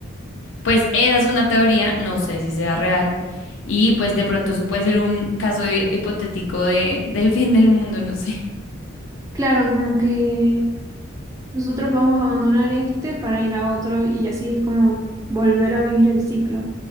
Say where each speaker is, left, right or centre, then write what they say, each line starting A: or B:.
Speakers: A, on the left (about 75°); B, on the right (about 15°).
A: Pues esa es una teoría, no sé si sea real y pues de pronto eso puede ser un caso hi- hipotético de, del fin del mundo, no sé.
B: Claro, como que nosotros vamos a abandonar este para ir a otro y así es como volver a vivir el ciclo.